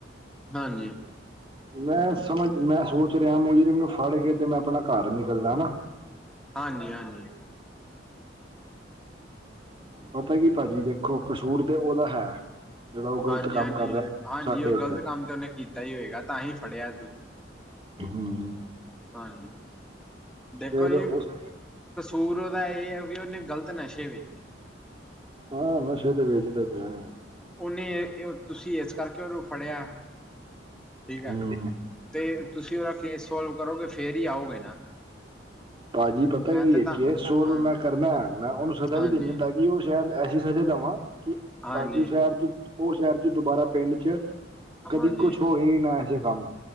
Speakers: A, in the centre; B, on the right (about 30°).
A: ਹਾਂਜੀ।
B: ਮੈਂ ਸਮਝ, ਮੈਂ ਸੋਚ ਰਿਹਾ। ਮੁਜਰਿਮ ਮੈਨੂੰ ਫੜ ਕੇ ਤੇ ਮੈਂ ਆਪਣਾ ਘਰ ਨਿਕਲਦਾ ਹਨਾ।
A: ਹਾਂਜੀ-ਹਾਂਜੀ।
B: ਪਤਾ ਕੀ ਭਾਜੀ, ਦੇਖੋ ਕਸੂਰ ਤੇ ਉਹਦਾ ਹੈ। ਜਿਹੜਾ ਉਹ ਗਲਤ
A: ਹਾਂਜੀ-ਹਾਂਜੀ,
B: ਕੰਮ ਕਰ ਰਿਹਾ
A: ਹਾਂਜੀ
B: ਸਾਡੇ
A: ਉਹ
B: ਇੱਧਰ
A: ਗ਼ਲਤ ਕੰਮ ਤੇ ਉਹਨੇ ਕੀਤਾ ਹੀ ਹੋਏਗਾ ਤਾਂ ਹੀ ਫੜਿਆ ਤੁਸੀ।
B: ਹਮ।
A: ਹਾਂਜੀ। ਦੇਖੋ
B: ਫਿਰ
A: ਜੀ
B: ਉਸ
A: ਕਸੂਰ ਉਹਦਾ ਇਹ ਏ ਵੀ ਉਹਨੇ ਗ਼ਲਤ ਨਸ਼ੇ ਵੇਚੇ।
B: ਹਾਂ ਨਸ਼ੇ ਤੇ ਵੇਚਦਾ ਪਿਆ।
A: ਉਹਨੇ ਤੁਸੀ ਇਸ ਕਰਕੇ ਉਹਨੂੰ ਫੜਿਆ ਠੀਕ ਹੈ
B: ਹਮ
A: ਤੇ ਤੁਸੀਂ ਉਹਦਾ ਕੇਸ ਸੋਲਵ ਕਰੋਗੇ ਫੇਰ ਹੀ ਆਓਗੇ ਨਾ
B: ਭਾਜੀ ਪਤਾ
A: ਮੈਂ
B: ਕੀ
A: ਤੇ
B: ਏ
A: ਤਾਂ
B: ਕੇਸ ਸੋਲਵ
A: ਹਾਂਜੀ
B: ਮੈਂ ਕਰਨਾ ਏ। ਮੈ ਉਹਨੂੰ ਸਜ਼ਾ
A: ਹਾਂਜੀ
B: ਵੀ ਦਿੰਦੀ ਤਾਂ ਕਿ ਉਹ ਸ਼ਹਿਰ ਐਸੀ ਸਜ਼ਾ ਦੇਵਾਂ ਕਿ
A: ਹਾਂਜੀ
B: ਤਾਂ ਕਿ ਸ਼ਹਿਰ ਚ ਉਹ ਸ਼ਹਿਰ ਚ ਦੁਬਾਰਾ ਪਿੰਡ ਚ ਕਦੀ
A: ਹਾਂਜੀ
B: ਕੁਛ ਹੋਏ ਹੀ ਨਾ ਐਸਾ ਕੰਮ।